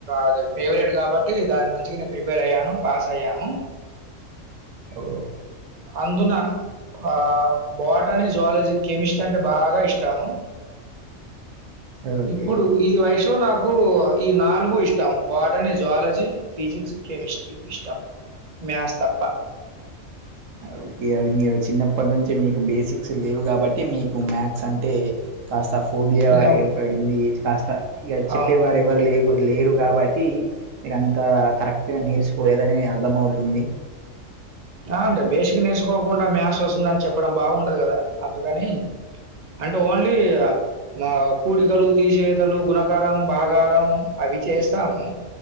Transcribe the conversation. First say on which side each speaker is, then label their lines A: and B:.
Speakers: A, on the right (about 35°); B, on the right (about 75°).
A: అదే ఫేవరెట్ కాబట్టి దాని మంచిగా నేను ప్రిపేర్ అయ్యా పాస్ అయ్యాము
B: ఓ
A: అందునా ఆ బాటనీ జయాలజీ కెమిస్ట్రీ అంటే బాగా ఇష్టము
B: ఓకే
A: ఇప్పుడు ఈ వయస్ ఇలో నాకు ఈ నాలుగు ఇష్టం బాటనీ జాలజీ ఫిజిక్స్ కెమిస్ట్రీ ఇష్టం మ్యాస్ తప్ప
B: ఓకే అది మీరు చిన్నప్పటి నుంచి మీకు బేసిక్స్ లేవు కాబట్టి మీకు మ్యాక్స్ అంటే కాస్త ఫోబియా
A: కొంచెం
B: ఏర్పడింది కాస్త ఇక చెప్పేవారు
A: అవును.
B: ఎవరు లేదు లేరు కాబట్టి మీరు అంతా కరెక్ట్ గా నేర్చుకోలేదని అర్థంమవుతుంది
A: ఆ అంటే బేసిక్ నేర్చుకోకుండా మ్యాస్ వస్తుందని చెప్పడం బాగుంటదు కదా అందుకని అంటే ఓన్లీ మా కూడికలు తీసివేతలు గుణకర బాగారం అవి అవి చేస్తాము